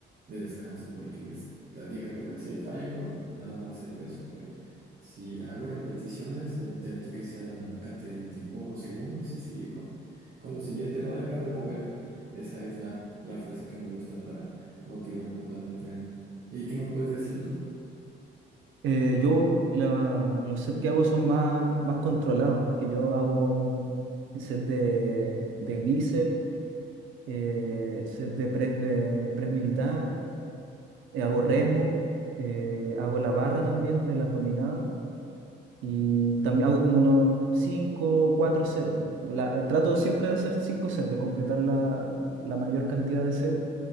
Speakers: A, on the right; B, on the right.
A: de descanso porque estás llegando casi al fallo con nada más el peso. Pero si hago repeticiones, eh, intento que sea la menor cantidad de tiempo, unos segundos, y seguir con, con lo siguiente, no dejar de moverme. Esa es la, la frase que me gusta para motivarme cuando entreno. ¿Y qué me puedes decir tú?
B: Eh, yo la- los sets que hago son más, más controlados porque yo hago un set de, de bíceps, eh, set de press, de press militar, eh, hago remo, eh, hago la barra también de las dominadas Y también hago como unos 5 4 sets. La- eh, trato siempre de hacer 5 sets, de completar la, la mayor cantidad de sets